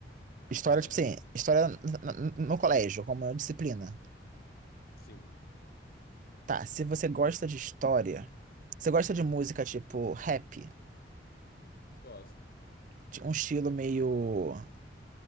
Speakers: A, on the right; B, on the left.
A: História,
B: Gosto.
A: tipo assim, história no, no- no colégio, como uma disciplina.
B: Sim,
A: Tá, se você gosta de história, você gosta de música tipo rap,
B: gosto.
A: de um estilo meio.